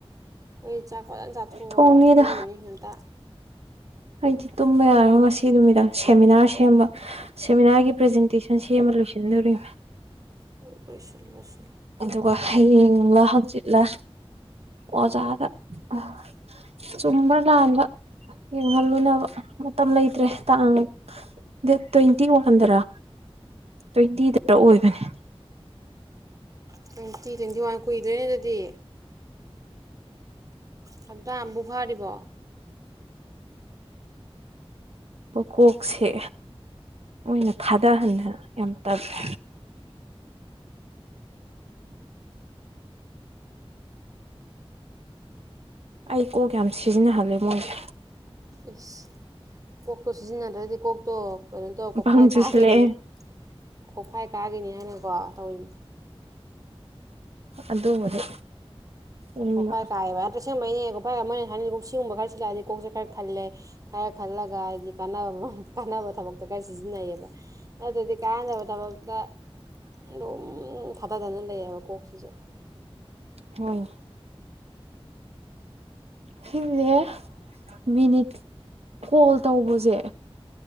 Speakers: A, on the right; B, on the right.
A: ꯈꯣꯏ ꯆꯥꯛ ꯐꯖꯅ ꯆꯥꯊꯣꯛꯑ
B: ꯊꯣꯡꯅꯤꯗ
A: ꯇꯨꯝꯃꯅꯤ ꯉꯟꯇꯥ
B: ꯑꯩꯗꯤ ꯇꯨꯝꯕ ꯌꯥꯔꯣꯏ ꯉꯁꯤ ꯅꯨꯃꯤꯗꯥꯡ ꯁꯦꯃꯤꯅꯥꯔ ꯁꯦꯝꯕ ꯁꯦꯃꯤꯅꯥꯔꯒꯤ ꯄ꯭ꯔꯖꯦꯟꯇꯦꯁꯟ ꯁꯦꯝꯕ ꯂꯣꯏꯁꯤꯟꯗꯣꯔꯤ
A: ꯍꯣꯏ ꯂꯣꯏꯁꯤꯜꯂꯨ ꯂꯣꯏꯁꯤꯜꯂꯨ
B: ꯑꯗꯨꯒ ꯍꯌꯦꯡꯂꯥ ꯍꯪꯆꯤꯠꯂ ꯑꯣꯖꯥꯗ ꯑ ꯆꯨꯝꯕ꯭ꯔꯥ ꯂꯥꯟꯕ ꯌꯦꯡꯍꯜꯂꯨꯅꯕ ꯃꯇꯝ ꯂꯩꯇ꯭ꯔꯦ ꯇꯥꯡ ꯗꯦꯠ ꯇ꯭ꯋꯦꯟꯇꯤ ꯋꯥꯟꯗꯔ ꯇ꯭ꯋꯦꯟꯇꯤꯗꯔ ꯑꯣꯏꯕꯅꯦ
A: ꯇ꯭ꯋꯦꯟꯇꯤ ꯇ꯭ꯋꯦꯟꯇꯤꯋꯥꯟ ꯀꯨꯏꯗ꯭ꯔꯦꯅꯦ ꯑꯗꯨꯗꯤ ꯍꯞꯇꯥ ꯑꯝꯕꯨ ꯐꯥꯔꯤꯕꯣ
B: ꯀꯣꯀꯣꯛꯁꯦ ꯃꯣꯏꯅ ꯊꯥꯗꯍꯟꯗꯅ ꯌꯥꯝ ꯇꯜꯂꯦ ꯑꯩ ꯀꯣꯛ ꯌꯥꯝ ꯁꯤꯖꯤꯟꯅꯍꯜꯂꯦ ꯃꯣꯏꯁꯦ
A: ꯏꯁ ꯀꯣꯛꯇꯣ ꯁꯤꯖꯤꯟꯅꯗ꯭ꯔꯗꯤ ꯀꯣꯛꯇꯣ ꯀꯩꯅꯣ ꯇꯧ ꯀꯣꯛꯐꯥꯏ
B: ꯕꯪ ꯆꯨꯁꯤꯜꯂꯛꯑꯦ
A: ꯀꯥꯒꯤꯅꯤ ꯀꯣꯛꯐꯥꯏ ꯀꯥꯒꯤꯅꯤ ꯍꯥꯏꯅꯀꯣ ꯇꯧꯔꯤꯅꯤ
B: ꯑꯗꯨꯕꯨꯗꯤ ꯎꯝꯕ
A: ꯀꯣꯈꯥꯏ ꯀꯥꯏꯕ <unintelligible> ꯑꯁꯦꯡꯕꯩꯩꯅꯦ ꯀꯣꯛꯐꯥꯏ ꯃꯣꯏꯅ ꯍꯥꯏꯅꯦ ꯀꯣ ꯁꯤꯒꯨꯝꯕ ꯈꯔ ꯁꯤꯜꯂꯛꯑꯗꯤ ꯀꯣꯛꯁꯦ ꯈꯔ ꯈꯜꯂꯦ ꯈꯔ ꯈꯜꯂꯒ ꯍꯥꯏꯗꯤ ꯀꯥꯟꯅꯕ ꯀꯥꯟꯅꯕ ꯊꯕꯛꯇ ꯈꯔ ꯁꯤꯖꯤꯟꯅꯩꯌꯦꯕ ꯅꯠꯇꯗꯤ ꯀꯥꯟꯅꯗꯕ ꯊꯕꯛꯇ ꯑꯗꯨꯝ ꯊꯥꯗꯗꯅ ꯂꯩꯌꯦꯕ ꯀꯣꯛꯁꯤꯁꯨ
B: ꯍꯣꯏꯅꯦ ꯁꯤꯖꯦ ꯃꯤꯅꯤꯠ ꯀꯣꯜ ꯇꯧꯕꯁꯦ